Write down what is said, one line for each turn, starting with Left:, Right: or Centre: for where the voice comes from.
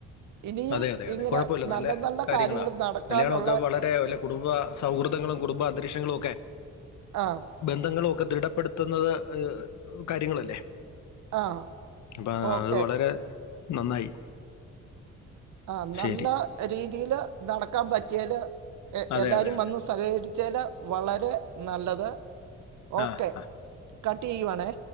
Right: ഇനിയും
Left: അതെ അതെ അതെ
Right: ഇങ്ങനെ
Left: കൊഴപ്പൊല്ല നല്ല കാര്യങ്ങളാ
Right: കാര്യങ്ങൾ നടക്കാനുള്ള
Left: കല്യാണൊ ഒക്കെ വളരെ കുടുംബ സൗഹൃദങ്ങളും കുടുംബ അന്തരീക്ഷങ്ങളും ഒക്കെ
Right: ആഹ്
Left: ബന്ധങ്ങളു ഒക്ക ദൃഢപ്പെടുത്തുന്നത് കാര്യങ്ങളല്ലെ
Right: ആ
Left: അപ്പാ
Right: ഓക്കെ
Left: അത് വളരെ നന്നായി
Right: ആഹ് നല്ല
Left: ശരി.
Right: രീതിയില് നടക്കാ പറ്റ്യാല് എ
Left: അതെ,
Right: എല്ലാരും
Left: അതെ, അതെ.
Right: വന്ന് സഹകരി ച്ചല് വളരെ നല്ലത് ഓക്കെ
Left: ആ, ആ.
Right: കട്ടിയ്യുവാണെ